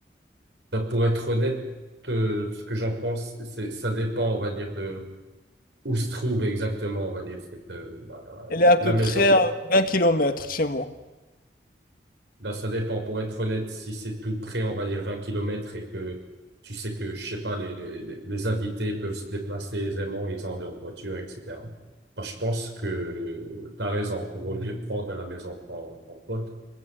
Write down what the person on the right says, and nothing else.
Donc, pour être honnête, euh, ce que j'en pense, c'est ça dépend, on va dire, de où se trouve exactement, on va dire, cette, euh, bah,
la
maison.
Là, ça dépend. Pour être honnête, si c'est tout près, on va dire 20 kilomètres et que tu sais que, je sais pas, les, les, les les invités peuvent se déplacer aisément, ils ont leur voiture, etc. Bah, je pense que tu as raison. Au lieu de prendre à la maison pour ton ton pote,